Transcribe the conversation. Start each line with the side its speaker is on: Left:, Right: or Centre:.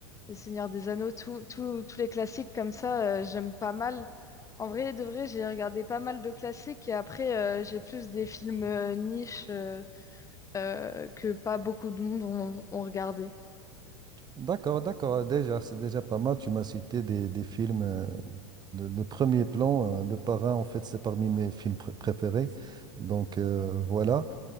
Left: Le Seigneur des Anneaux, tout, tout- tous les classiques comme ça, euh, j'aime pas mal. En vrai, de vrai, j'ai regardé pas mal de classiques et après, euh, j'ai plus des films euh, niches euh, euh, que pas beaucoup de monde ont, ont regardé.
Right: D'accord, d'accord, déjà, c'est déjà pas mal. Tu m'as cité des, des films euh, de, de premier plan. euh, Le Parrain, en fait, c'est parmi mes films pr- préférés. Donc, euh, voilà.